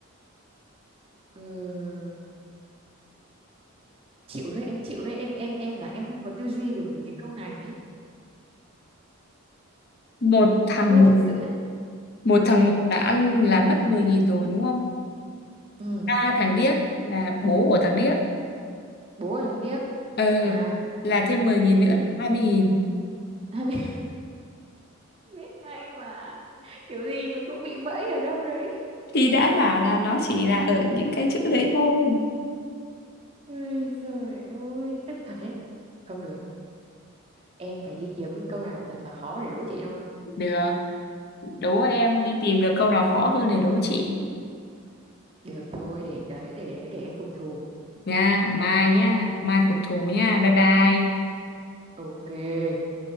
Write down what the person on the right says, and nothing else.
Ờ, chịu đấy, em chịu đấy, em em em là em không có tư duy được mấy cái câu này ấy.
Thôi
thật sự đấy.
Ừ,
ừ,
bố là thằng điếc.
À,
ừ.
À, <laughs> biết, biết ngay mà. Kiểu gì mình cũng bị bẫy ở đâu đấy.
Ôi trời ơi, tức thật đấy. Không được. em phải đi kiếm câu nào thật là khó để đố chị thôi
được thôi để đấy để đấy để em phục thù
ok